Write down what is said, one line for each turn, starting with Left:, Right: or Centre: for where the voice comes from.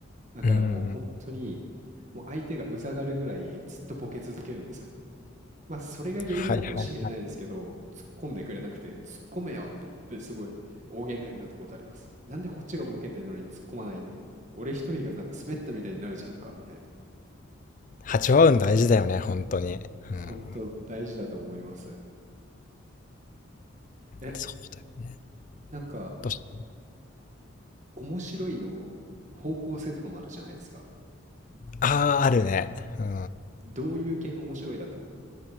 Right: な。だからもう本当に、
Left: うん。
Right: もう相手がうざがるぐらいずっとボケ続けるんですよ。まあ、それが原因なのかもしれないですけど、
Left: はいはい。
Right: 突っ込んでくれなくて、突っ込めよって言って、すごい大喧嘩になったことあります。なんでこっちがボケてんのに突っ込まないんだよって。俺一人がなんか滑ったみたいになるじゃんか、みたい
Left: 波長合うん大事だよね、本当に。
Right: な。
Left: うん。
Right: 本当大事だと思います。え、
Left: そうだよね。
Right: なんか、
Left: どうし、
Right: 面白いの方向性とかもあるじゃないですか。
Left: ああー、あるね。うん。
Right: どういう系の面白いだと